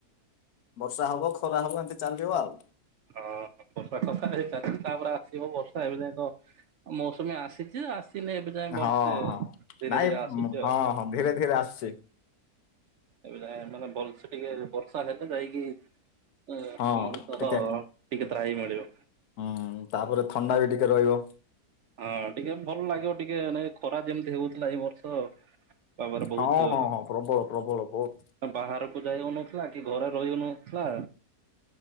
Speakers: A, on the left; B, on the right.
A: ବର୍ଷା ହବ ଖରା ହବ ଏମିତି ଚାଲିବ ଆଉ
B: ହଁ ବର୍ଷା କଥା ହେଇ ଚାଲିଛି ତାପରେ ଆସିବ ବର୍ଷା ହେବେ ଯାଇ ତ ମୌସୁମୀ ଆସିଛି ଆସି ଦିନେ ଏବେ ଯାଇ ଭଲସେ
A: ହଁ ହଁ
B: ଧୀରେ
A: ନାଇଁ
B: ଧୀରେ ଆସୁଛି
A: ହଁ
B: ଆଉ
A: ହଁ ଧୀରେ ଧୀରେ ଆସୁଛି
B: ଏବେ ମାନେ ଭଲସ ଟିକେ ବର୍ଷା ହେଲେ ଯାଇକ ଏ
A: ହଁ
B: ମଣିଷ ହଁ
A: ଟିକେ
B: ଟିକେ ତ୍ରାହି ମିଳିବ।
A: ହୁଁ ତାପରେ ଥଣ୍ଡା ବି ଟିକେ ରହିବ।
B: ହଁ ଟିକେ ଭଲ ଲାଗିବ ଟିକେ ନାଇ ଖରା ଯେମିତି ହଉଥିଲା ଏଇ ବର୍ଷ ବାବାର ବହୁତ
A: ହଁ ହଁ ହଁ ପ୍ରବଳ ପ୍ରବଳ ବହୁତ।
B: ବାହାର କୁ ଯାଇହୋଇନଥିଲା କି ଘରେ ରହିହୋଇନଥିଲା